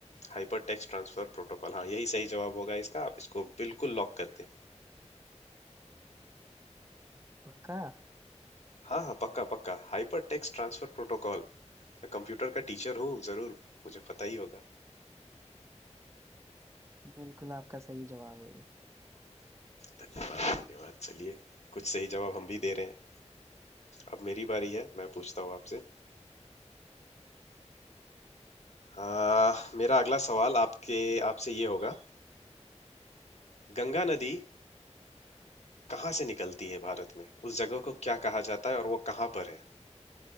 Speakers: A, on the left; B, on the right.
A: Hypertext transfer protocol हाँ यही सही जवाब होगा इसका आप इसको बिल्कुल लॉक कर दें
B: पक्का
A: हाँ हाँ पक्का पक्का हाइपर टेक्स्ट ट्रांसफर प्रोटोकॉल मैं कंप्यूटर का टीचर हूँ जरूर मुझे पता ही होगा
B: बिल्कुल आपका सही जवाब है ये
A: धन्यवाद धन्यवाद चलिए कुछ सही जवाब हम भी दे रहे हैं अब मेरी बारी है मैं पूछता हूँ आपसे आ, मेरा अगला सवाल आपके आपसे ये होगा गंगा नदी कहाँ से निकलती है भारत में उस जगह को क्या कहा जाता है और वो कहाँ पर है